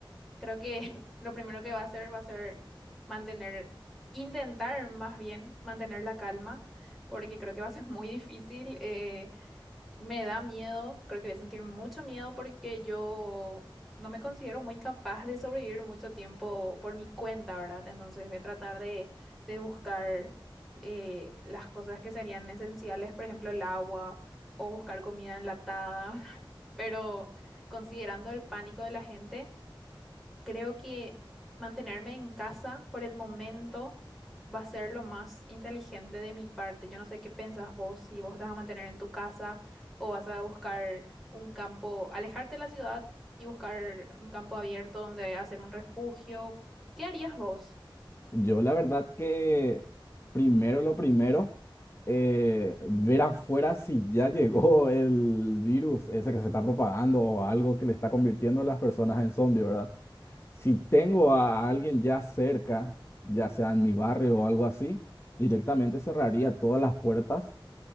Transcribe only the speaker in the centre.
Creo que <laughs> lo primero que va a hacer va a ser mantener, intentar más bien mantener la calma, porque creo que va a ser muy difícil. eh, me da miedo, creo que voy a sentir mucho miedo porque yo no me considero muy capaz de sobrevivir mucho tiempo por mi cuenta, ¿verdad? Entonces voy a tratar de, de buscar eh, las cosas que serían esenciales, por ejemplo, el agua o buscar comida enlatada, <laughs> pero considerando el pánico de la gente. Creo que mantenerme en casa por el momento va a ser lo más inteligente de mi parte. Yo no sé qué pensás vos, si vos te vas a mantener en tu casa o vas a buscar un campo, alejarte de la ciudad y buscar un campo abierto donde hacer un refugio. ¿Qué harías vos?